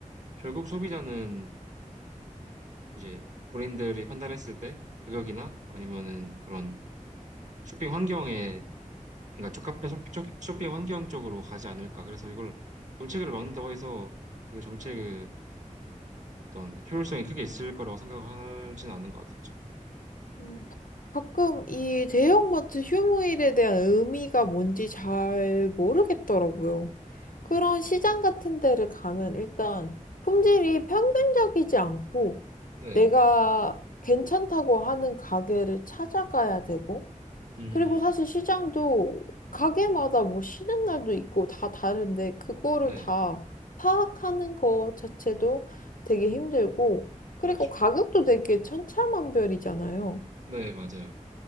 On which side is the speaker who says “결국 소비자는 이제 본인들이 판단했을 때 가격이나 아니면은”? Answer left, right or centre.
Right